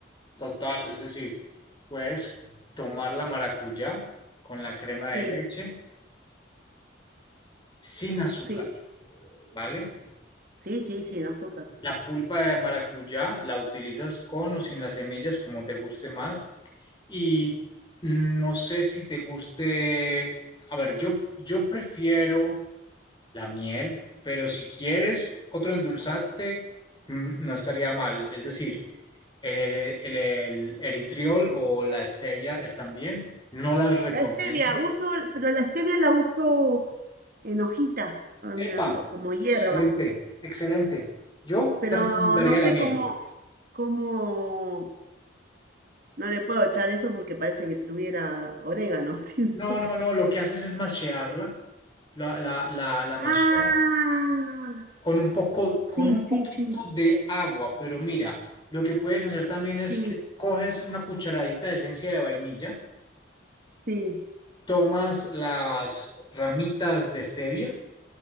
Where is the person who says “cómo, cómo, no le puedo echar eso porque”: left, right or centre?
Right